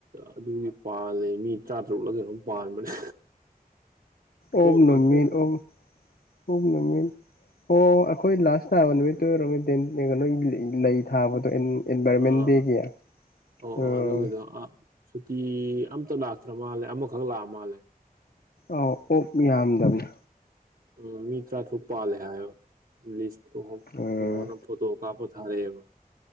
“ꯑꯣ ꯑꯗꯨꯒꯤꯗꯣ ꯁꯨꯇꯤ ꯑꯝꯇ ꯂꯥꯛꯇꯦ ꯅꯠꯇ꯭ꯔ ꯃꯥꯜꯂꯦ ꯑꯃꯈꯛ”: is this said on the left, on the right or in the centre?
Right